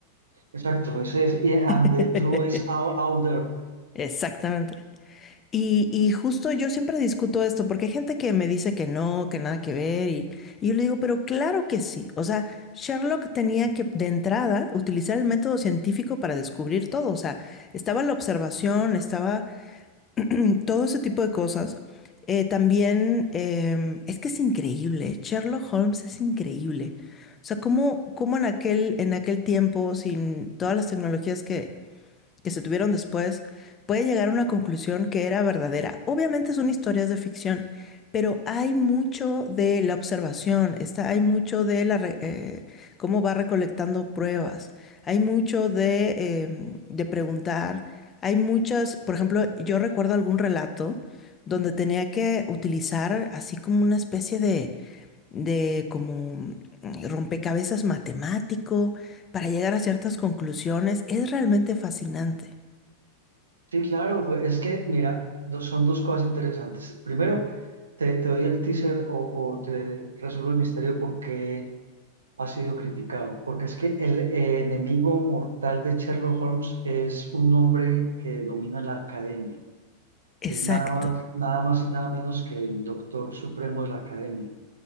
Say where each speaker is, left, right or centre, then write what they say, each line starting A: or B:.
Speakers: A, on the right; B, on the left.
A: Exacto, ese es, yeah, and
B: <laughs>
A: the truth is out, out there.
B: Exactamente. Y, y justo yo siempre discuto esto, porque hay gente que me dice que no, que nada que ver, y, y yo le digo, pero claro que sí. O sea, Sherlock tenía que de entrada utilizar el método científico para descubrir todo. O sea, estaba la observación, estaba <clears throat> todo ese tipo de cosas. Eh, también em, es que es increíble, Sherlock Holmes es increíble. O sea, cómo, cómo en aquel, en aquel tiempo, sin todas las tecnologías que, que se tuvieron después, puede llegar a una conclusión que era verdadera. Obviamente son historias de ficción, pero hay mucho de la observación, está, hay mucho de la eh, cómo va recolectando pruebas, hay mucho de, eh, de preguntar, hay muchas, por ejemplo, yo recuerdo algún relato donde tenía que utilizar así como una especie de de como mm, rompecabezas matemático para llegar a ciertas conclusiones. Es realmente fascinante.
A: Sí, claro, pues, es que, mira, do- son dos cosas interesantes. Primero, te, te doy el teaser o, o te resuelvo el misterio de por qué ha sido criticado. Porque es que el eh, enemigo mortal de Sherlock Holmes es un hombre que domina la academia.
B: Exacto.
A: Es nada más, nada más y nada menos que el doctor supremo de la academia.